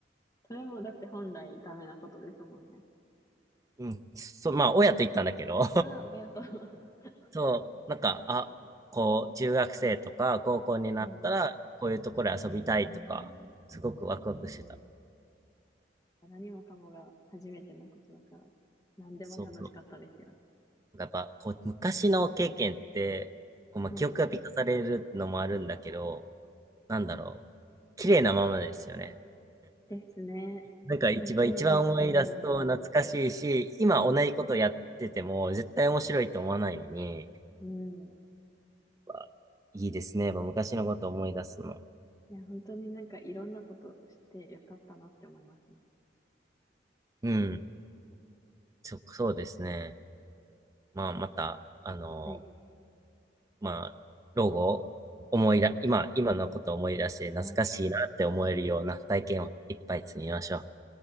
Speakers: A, on the left (about 20°); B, on the right (about 20°).
A: それもだって本来ダメなことですもんね。
B: うん。そう、まあ、親と行ったんだけど
A: ああ、親と。<laughs>
B: <laughs> そう、なんか、あ、こう、中学生とか高校になったら、
A: うんう
B: こういうところで遊びたいとか、すごくワクワクしてた。
A: ん。えー、何もかもが初めてのことだから、何でも楽しかったですよね。
B: そうそう。やっぱ、こう、昔の経験って、こう、まあ、
A: はい。
B: 記憶が美化されるのもあるんだけど、なんだろう。綺麗なままですよね。
A: ですね。
B: なんか一番、
A: 本当、
B: 一番思い出すと懐かしいし、
A: うーん、
B: 今同じことやってても絶対面白いと思わないのに、やっ
A: うん。
B: ぱいいですね。やっぱ昔のこと思い出すの。
A: いや、本当になんかいろんなことしてよかったなって思いますね。
B: うん。そ、そうですね。まあ、また、あの、
A: はい。
B: まあ、老後、思い出、今、今のことを思い出して懐かしいなって思えるような体験をいっぱい積みましょう。
A: うん